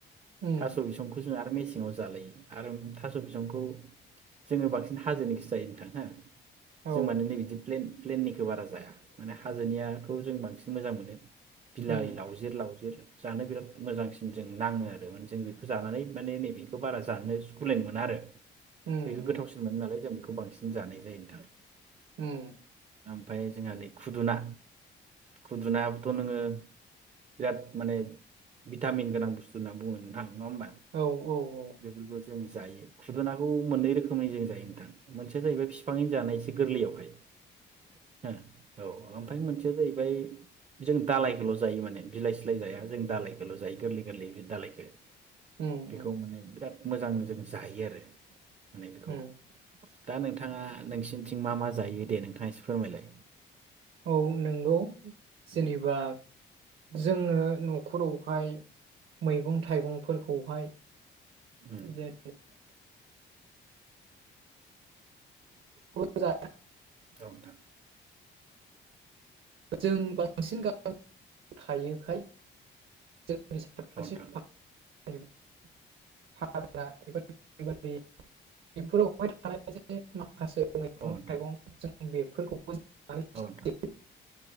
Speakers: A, on the right; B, on the right.
A: उम
B: थास' बिसंखौ जों आ आरो मेसेङाव जालायो आरो उम थास' बिसंखौ जोङो बांसिन हाजोनिखौसो जायो नोंथां हो।
A: औ
B: जों माने नै बिदि प्लेन प्लेननिखौ बारा जाया माने हाजोनियाखौ जों बांसिन मोजां मोनो। बिलाइ
A: उम
B: लावज जिर लावजिर जानो बिराद मोजांसिन जों नाङो आरो माने जों बेखौ जानानै माने नैबेखौ बारा जानो सुखुनाय मोना आरो।
A: उम
B: बेखौ गोथावसिन
A: उम
B: मोनो नालाय जों बेखौ खौ बांसिन जानाय जायो नोंथां।
A: उम।
B: ओमफाय जोंहा नै खुदुना खुदुनायाबोथ' नोङो बिराद माने भिटामिन गोनां बुस्थु होनना बुङो नोंथां। नङा होनबा
A: औ औ
B: बेफोरखौ जों जायो खुदुनाखौ मोननै रोखोमै जों जायो नोंथां, मोनसेया जाहैबाय बिफांङैनो जानाय एसे गोरलैयावहाय ओ औ आमफाय मोनसेया जाहैबाय जों दालायखौल' जायो माने बिलाइ सिलाय जाया जों दालायखौल' जायो गोरलै गोरलै बि दालायखो।
A: उम
B: बेखौ
A: उम
B: माने बिराद मोजां जों जायो आरो। माने बेखौ
A: उम
B: दा नोंथाङा नोंसिनिथिं मा मा जायो दे नोंथाङा एसे फोरमायलाय।
A: औ नोंगौ। जेनेबा
B: उम
A: जोङो न'खरावहाय मैगं थाइगंफोरखौहाय
B: उम
A: जे <unintelligible> <unintelligible>
B: औ नोंथां।
A: जों बांसिन गामियाव <inaudible> थायोखाय <unintelligible>
B: औ नोंथां
A: <unintelligible> इफोरावहाय थानाय मोनसे <unintelligible> मैगं
B: औ नोंथां
A: थाइगं जों बेफोरखौ <unintelligible>
B: औ नोंथां